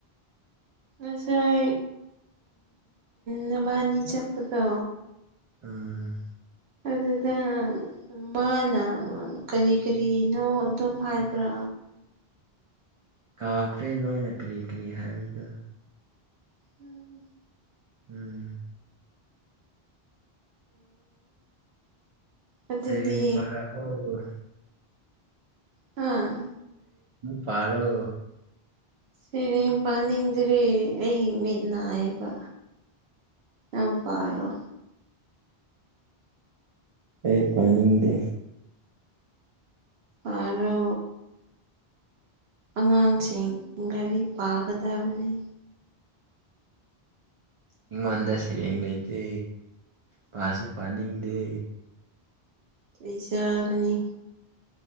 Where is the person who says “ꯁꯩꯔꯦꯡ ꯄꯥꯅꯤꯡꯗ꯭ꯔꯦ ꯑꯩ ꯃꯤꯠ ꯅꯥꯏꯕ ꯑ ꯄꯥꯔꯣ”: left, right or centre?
Right